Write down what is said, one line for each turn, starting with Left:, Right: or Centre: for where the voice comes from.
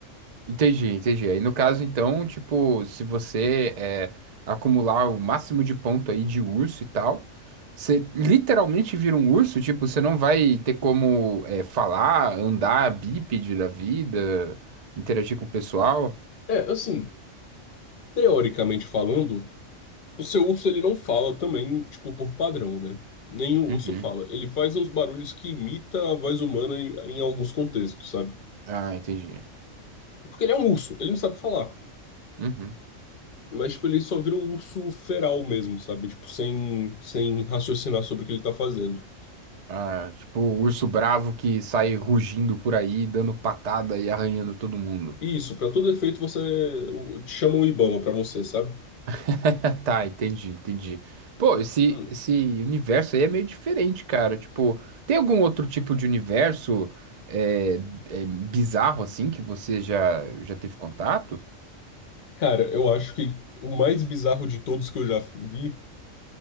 Right: entendi, entendi. Aí no caso, então, tipo, se você é, acumular o máximo de ponto aí de urso e tal, você literalmente vira um urso, tipo, você não vai ter como é, falar, andar bípede da vida, interagir com o pessoal.
Left: É, assim, teoricamente falando. O seu urso, ele não fala também, tipo, por padrão, né? Nenhum
Right: Uhum.
Left: urso fala. Ele faz uns barulhos que imita a voz humana em, em alguns contextos, sabe?
Right: Ah, entendi.
Left: Porque ele é um urso, ele não sabe falar.
Right: Uhum.
Left: Mas, tipo, ele só vira um urso feral mesmo, sabe? Tipo, sem, sem raciocinar sobre o que ele tá fazendo.
Right: Ah, tipo, o urso bravo que sai rugindo por aí, dando patada e arranhando todo mundo.
Left: E isso, pra todo efeito, você o- chama o Ibama pra você, sabe?
Right: <laughs> Tá, entendi, entendi. Pô, esse,
Left: Mano,
Right: esse universo aí é meio diferente, cara. Tipo, tem algum outro tipo de universo é, é, bizarro assim que você já, já teve contato?
Left: Cara, eu acho que o mais bizarro de todos que eu já vi